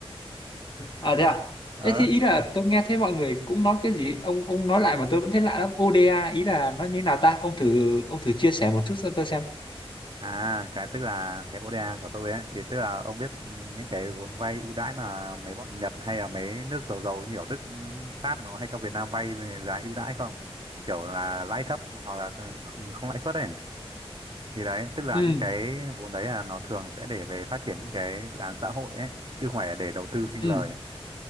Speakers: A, on the left; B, on the right.
A: À thế à?
B: Ờ,
A: Thế thì ý là tôi nghe thấy mọi người cũng nói cái gì, ông ông nói lại mà tôi vẫn thấy lạ lắm. ODA ý là nó như thế nào ta? Ông thử ông thử chia sẻ một chút cho tôi xem.
B: à, cái tức là cái ODA của tôi ấy, thì tức là ông biết ừm, những cái vốn vay ưu đãi mà mấy bọn Nhật hay là mấy nước giàu giàu như ở Đức, ừm, Pháp nó hay cho Việt Nam vay về giá ưu đãi không? Kiểu là lãi thấp hoặc là không không lãi suất ấy. thì đấy tức là
A: Ừ,
B: những cái vốn đấy là nó thường sẽ để về phát triển những cái dự án xã hội ấy chứ không phải là để đầu tư sinh
A: ừ,
B: lời